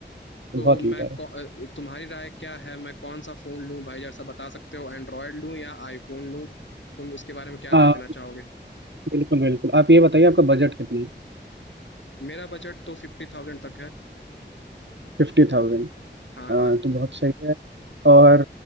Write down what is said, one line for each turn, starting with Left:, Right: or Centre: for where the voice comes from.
Right: तो
Left: तो
Right: बहुत
Left: मैं
Right: अंतर
Left: कौ-
Right: है
Left: अ, तुम्हारी राय क्या है मैं कौन सा फोन लूँ भाई जरा सा बता सकते हो एंड्रॉयड लूँ या आईफोन लूँ तुम इसके बारे में क्या
Right: आ,
Left: राय देना चाहोगे
Right: बिल्कुल बिल्कुल आप ये बताइए आपका बजट कितना है
Left: मेरा बजट तो फिफ्टी थाउजेंड तक है
Right: फिफ्टी थाउजेंड
Left: हाँ हाँ
Right: तो बहुत सही है और